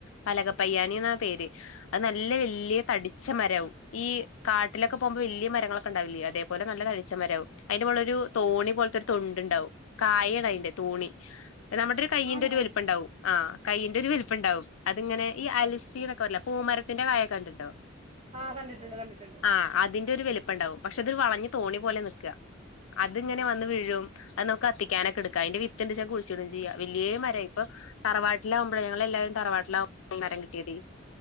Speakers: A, on the left; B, on the right.
A: പലക പയ്യാനി എന്ന പേര് അത് നല്ല വലിയ തടിച്ച മരമാവും ഈ കാട്ടിലൊക്കെ പോകുമ്പോ വലിയ മരങ്ങളൊ ഉണ്ടാവില്ല അതേ പോലെ നല്ല തടിച്ചമരമാകും അതിന്റെ മുകളിൽ ഒരു തോണി പോലെ തൊണ്ടുണ്ടാവും കായയാ തോണി നമ്മുടെ ഒരു കൈയ്യിന്റെ
B: ആണോ
A: ഒരു വലിപ്പം ഉണ്ടാവും ആ കൈയ്യിന്റെ ഒരു വലിപ്പം ഉണ്ടാവും അതിങ്ങനെ ഈ അലിസി എന്നൊക്കെ പൂമരത്തിന്റെ കായൊക്കെ കണ്ടിട്ടുണ്ടോ
B: ആ കണ്ടിട്ടുണ്ട് കണ്ടിട്ടുണ്ട്
A: ആ അതിന്റെ ഒരു വലിപ്പ എപ്പണ്ടാവും പക്ഷെ ഇതൊരു വളഞ്ഞ് തോണി പോലെ നിക്കുക. അത്ങ്ങനെ വന്ന് വീഴും അത് നമുക്ക് കത്തിക്കാന എടുക്ക അതിന്റെ വിത്ത്ണ്ട് ച കുഴിച്ചിടും ചെയ്യാ വലിയ മരായി ഇപ്പൊ തറവാട്ടിലാകുമ്പോഴ ഞങ്ങള് എല്ലാരും തറവാട്ടിലാ മരം കിട്ടിയതേ